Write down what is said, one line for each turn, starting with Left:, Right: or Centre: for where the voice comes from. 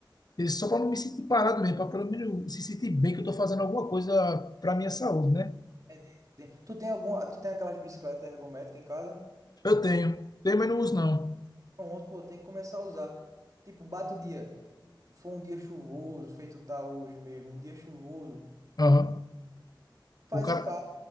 Left: Ele- Só para não me sentir parado mesmo, para pelo menos se sentir bem que eu tô fazendo alguma coisa para minha saúde, né?
Right: Entendi. Tem- Tu tem alguma, tu tem aquelas bicicletas ergométricas em casa?
Left: Eu tenho. Tenho, mas não uso, não.
Right: Pronto, pô, tem que começar a usar. Tipo, bate o dia. Foi um dia chuvoso, feito tá hoje mesmo, um dia chuvoso.
Left: Aham.
Right: Faz
Left: O cara,
Right: em casa,